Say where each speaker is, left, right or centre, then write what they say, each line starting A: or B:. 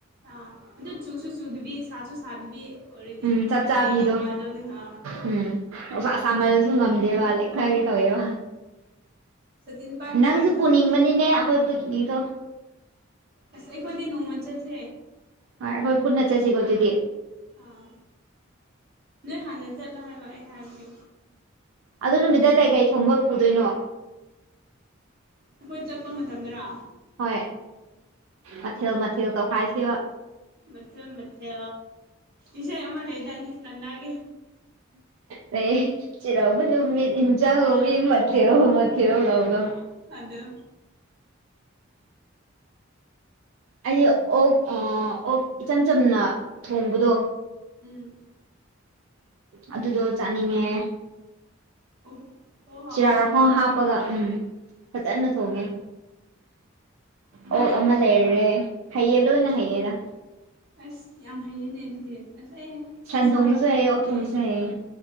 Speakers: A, on the right; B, on the right.
A: ꯑ ꯑꯗꯨ‌ ꯆꯨꯁ ꯁꯨꯁꯨ ꯆꯨꯗꯨꯕꯤ ꯁꯥꯁꯨ ꯁꯥꯗꯨꯕꯤ ꯑꯣꯜꯔꯦꯗꯤ
B: ꯎꯝ ꯆꯞ ꯆꯥꯕꯤꯗꯣ
A: ꯍꯦꯟꯅ ꯅꯨꯡꯉꯥꯏꯗꯕꯅꯤꯍ
B: ꯎꯝ ꯅꯨꯡꯁꯥ ꯁꯥꯃꯜꯂꯖꯨ ꯉꯝꯗꯦꯕ ꯂꯦ ꯈꯔꯒꯤ
A: ꯍꯣꯏ
B: ꯇꯧꯋꯦꯕ
A: ꯁꯇꯤꯟ ꯄꯥꯏꯔꯁꯨ
B: ꯅꯪꯁꯨ
A: ꯀꯩꯝ ꯀꯥꯟꯅꯗꯦꯅꯦ
B: ꯄꯨꯅꯤꯡꯕꯅꯤꯅꯦ ꯑꯩꯈꯣꯏ ꯄꯤꯀꯤꯅꯤꯡꯇꯣ
A: ꯑꯁ ꯑꯩꯈꯣꯏꯗꯤ ꯅꯣꯡꯃ ꯆꯠꯁꯦ
B: ꯍꯣꯏ ꯑꯩꯈꯣꯏ ꯄꯨꯟꯅ ꯆꯠꯁꯤꯀꯣ ꯑꯗꯨꯗꯤ
A: ꯑꯥ ꯅꯣꯏ ꯍꯥꯟꯅ ꯆꯠꯂꯣ ꯍꯥꯏꯕ ꯑꯩ ꯍꯥꯏꯕꯗꯤ
B: ꯑꯗꯨ ꯅꯨꯃꯤꯠꯇ ꯀꯩꯀꯩ ꯊꯣꯡꯕ ꯄꯨꯗꯣꯏꯅꯣ
A: ꯑꯩꯈꯣꯏ ꯆꯠꯄ ꯃꯇꯝꯗꯔꯥ
B: ꯍꯣꯏ ꯃꯊꯦꯜ ꯃꯊꯦꯜ ꯇꯧꯈꯥꯏꯁꯦꯕ
A: ꯃꯊꯦ ꯃꯊꯦ ꯏꯁꯩ ꯑꯃ ꯂꯩꯗꯥꯏꯅ‌ꯦ ꯁꯟꯗꯒꯤ
B: ꯂꯩꯌꯦ ꯆꯩꯔꯥꯎꯕ ꯅꯨꯃꯤꯠ ꯏꯟꯖꯥꯡ ꯍꯥꯎ
A: ꯑꯥ
B: ꯏ ꯃꯊꯦꯜ ꯃꯊꯦꯜ ꯇꯧꯕꯗꯣ
A: ꯑꯗꯨ
B: ꯑꯩ ꯑꯣꯛ ꯑꯣꯛ ꯏꯆꯝ ꯆꯝꯅ ꯊꯣꯡꯕꯗꯣ
A: ꯎꯝ
B: ꯑꯗꯨꯗꯣ ꯆꯥꯅꯤꯡꯉꯦ
A: ꯑꯣꯛ ꯑꯣꯛ ꯍꯥꯎꯕ꯭ꯔꯥ
B: ꯆꯤꯔꯥꯛꯈꯣꯡ
A: ꯅꯪꯒꯤ
B: ꯍꯥꯞꯄꯒ ꯎꯝ ꯐꯖꯅ ꯊꯣꯡꯉꯦ
A: ꯅꯪ
B: ꯑꯣꯛ
A: ꯊꯣꯡꯕ
B: ꯑꯃ ꯂꯩꯔꯦ
A: ꯍꯩꯕ꯭ꯔꯥ
B: ꯍꯌꯦ ꯗꯣꯅ ꯍꯌꯦꯔ
A: ꯑꯁ ꯌꯥꯝ ꯍꯩꯌꯦꯅꯦ ꯑꯗꯨꯗꯤ ꯑꯁ ꯑꯩ
B: ꯁꯟ
A: ꯑꯩ ꯁꯥ
B: ꯊꯣꯡꯕꯁꯨ
A: ꯊꯣꯡꯕ
B: ꯍꯩꯌꯦ
A: ꯍꯥꯏꯇꯤꯌꯦ
B: ꯑꯣꯛ ꯊꯣꯡꯕꯁꯨ ꯍꯩꯌꯦ